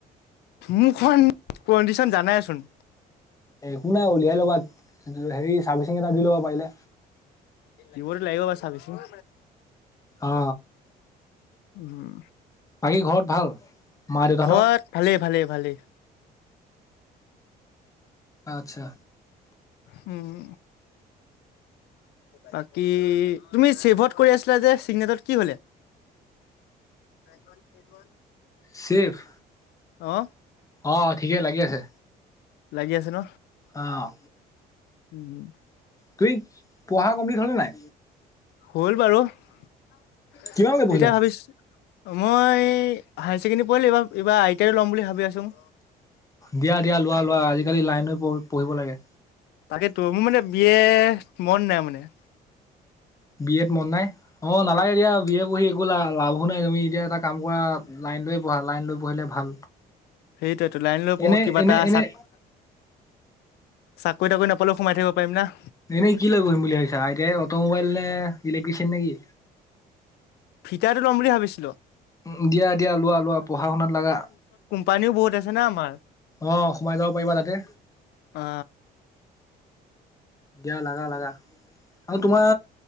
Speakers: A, on the left (about 75°); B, on the left (about 20°).
A: মোৰখন কণ্ডিশন জানাইচোন।
B: এ একো নাই উলিয়াই ল'বা হেৰি চাৰ্ভিচিং এটা দি ল'বা পাৰিলে।
A: দিব টো লাগিব ছাৰ্ভিচিং
B: অ
A: উম
B: বাকী ঘৰত ভাল মা দেউতাহঁতৰ?
A: ঘৰত ভালেই ভালেই ভালেই
B: আচ্ছা
A: হুম বাকী তুমি ছেভত কৰি আছিলা যে চিগনেটত কি হলে। এড এড
B: শিৱ
A: অ
B: অ ঠিকে লাগি আছে।
A: লাগি আছে ন।
B: অহ
A: উম হম
B: তুমি পঢ়া কমপ্লিট হ'লে নাই?
A: হ'ল বাৰু এতিয়া
B: কিমানলৈকে পঢ়িলা?
A: ভাবিছো মই হায়াৰ ছেকেণ্ডৰী পঢ়িলি। এইবাৰ আই টি আই ল'ম বুলি ভাবি আছো।
B: দিয়া দিয়া লোৱা লোৱা আজিকালি লাইন লৈ পঢ়িব লাগে।
A: তাকেইতো মোৰ মানে বি এ মন নাই মানে
B: বি এত মন নাই অ নালাগে দিয়া বি এ পঢ়ি একো লাভ নাই। লাভো নাই তুমি এতিয়া এটা কাম কৰা লাইন লয়ে পঢ়া লাইন লৈ পঢ়িলে ভাল।
A: সেইটোয়েতো লাইন লৈ পঢ়ো
B: এনে
A: কিবা
B: এনে
A: এটা
B: এনে
A: চাক চাকৰি তাকৰি নাপালেও সোমাই থাকিব পাৰিম ন
B: এনেই কি লৈ বহিম বুলি ভাবিছা আই টি আই অট'মোবাইল নে ইলেক্ট্ৰিচিয়ান নে কি?
A: ফিতাটো লম বুলি ভাবিছিলো।
B: উ দিয়া দিয়া লোৱা লোৱা পঢ়া শুনাত লাগা
A: কোমপানীও বহুত আছেনা আমাৰ
B: অ সোমাই যাব পাৰিবা তাতে
A: অ
B: দিয়া লাগা লাগা আৰু
A: উম
B: তোমাৰ